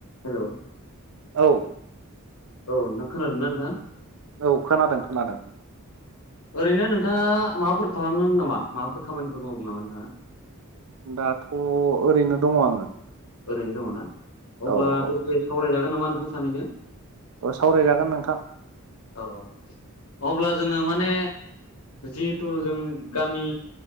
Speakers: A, on the left; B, on the right.
A: Hello
B: औ
A: औ नोंथां खोनादोंना नोंथाङा
B: औ खोनादों खोनादों
A: ओरैनो नोंथाङा माबाफोर खालामदों नामा माबाफोर खामानिफोर मावदों नामा नोंथाङा
B: दाथ' ओरैनो दङ आङो
A: ओरैनो दङ ना अब्ला
B: औ औ
A: दसे सावरायजागोन नामा नोंथां सानैजों
B: औ सावरायजागोन नोंथां
A: औ औ अब्ला जोङो माने जिहेथु जों गामि